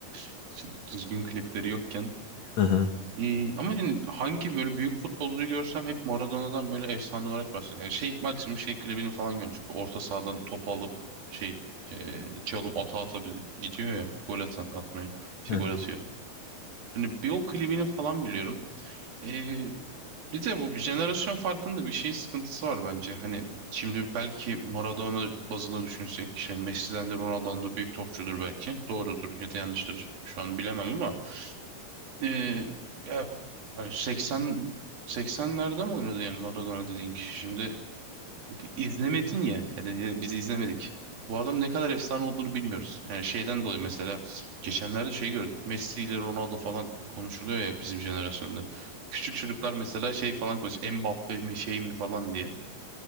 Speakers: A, on the right; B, on the left.
A: <laughs> düzgün klipleri yokken
B: Hı hı.
A: Ee, ama yani hangi böyle büyük futbolcuyu görsem hep Maradona'dan böyle efsane olarak bahsediyor. Yani şey maksimum şey klibini falan görmüş. Bu orta sahadan topu alıp şey e, çalım ata ata bir- gidiyor ya gol atan, atmaya. Şey
B: hı
A: gol atıyor. Hani bir o klibini falan biliyorum. Ee, bir de bu jenerasyon farkında bir şey sıkıntısı var bence. Hani şimdi belki Maradona bazında düşünsek şey Messi'den de Ronaldo'dan da büyük topçudur belki. Doğrudur ya da yanlıştır. Şu an bilemem ama ee, ya yani 80 80'lerde mi oynadı yani Maradona dediğin kişi? Şimdi izlemedin ya. Yani biz izlemedik. Bu adam ne kadar efsane olduğunu bilmiyoruz. Yani şeyden dolayı mesela geçenlerde şey gördüm. Messi ile Ronaldo falan konuşuluyor ya bizim jenerasyonda. Küçük çocuklar mesela şey falan konuşuyor. Mbappe mi şey mi falan diye.